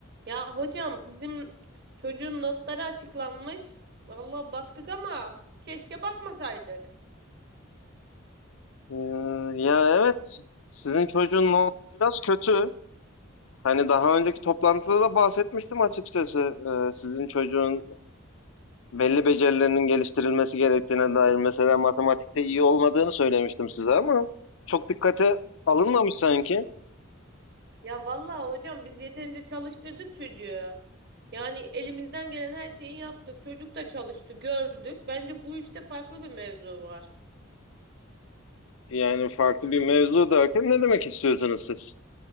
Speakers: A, on the right; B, on the left.
A: Ya hocam bizim çocuğun notları açıklanmış. Vallahi baktık ama keşke bakmasaydık.
B: Ee, ya evet sizin çocuğun not biraz kötü. Hani daha önceki toplantıda da bahsetmiştim açıkçası. Ee, sizin çocuğun belli becerilerinin geliştirilmesi gerektiğine dair mesela matematikte iyi olmadığını söylemiştim size ama çok dikkate alınmamış sanki.
A: Ya vallahi hocam biz yeterince çalıştırdık çocuğu. Yani elimizden gelen her şeyi yaptık. Çocuk da çalıştı, gördük. Bence bu işte farklı bir mevzu var.
B: Yani farklı bir mevzu derken ne demek istiyorsunuz siz?